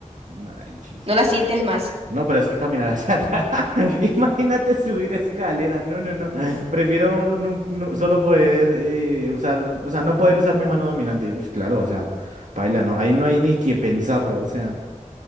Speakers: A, on the right; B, on the right.
A: Marichis.
B: No la sientes más.
A: No, pero es que caminar hacia atrás. <laughs> Imagínate subir escaleras. No, no, no. Prefiero nun- nu- solo poder eh, usar, o sea, no poder usar mi mano dominante. Uy, claro, o sea, paila, no. Ahí no hay ni que pensarlo, o sea.